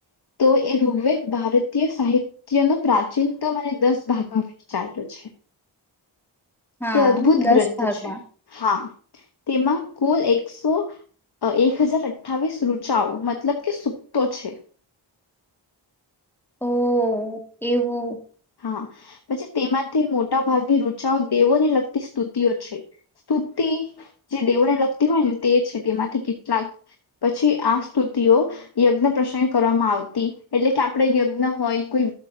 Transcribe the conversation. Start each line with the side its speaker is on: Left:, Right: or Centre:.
Left: તો એ રૂગવેદ ભારતીય સાહિત્ય ન પ્રાચીન તો અને દસ ભાગમાં વિચાર્યો છે.
Centre: હા
Left: તે અદ્ભુત
Centre: દસ
Left: ગ્રંથ
Centre: ભાગમાં
Left: છે હા તેમાં કુલ એકસો એક હજાર અઠાવીસ રુચાઓ મતલબ કે સુક્તો છે.
Centre: ઓ એવું
Left: હા પછી તેમાંથી મોટા ભાગની રુચાઓ દેવોને લગતી સ્તુતિઓ છે સ્તુતિ જે દેવોને લગતી હોય ને તે છે તેમાંથી કેટલાક પછી આ સ્તુતિઓ યજ્ઞ પ્રસંગ કરવામાં આવતી એટલે કે આપણે યજ્ઞ હોય કોઈ